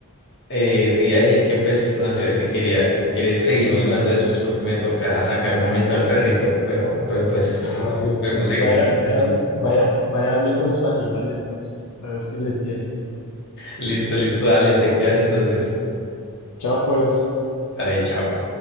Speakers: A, on the left; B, on the left.
A: eh, te iba a decir que pues no sé si quería, si quieres seguimos jugando después porque me toca sacar un momento al perrito, pero, pero pues si
B: Ah,
A: quieres
B: vale,
A: podemos
B: no, eh.
A: seguir.
B: Vaya, vaya,
A: en
B: vaya, vaya, hable con su animal entonces, a ver si le entiende.
A: Listo, listo, dale, te cuidas entonces.
B: Chao, pues.
A: Dale, chao.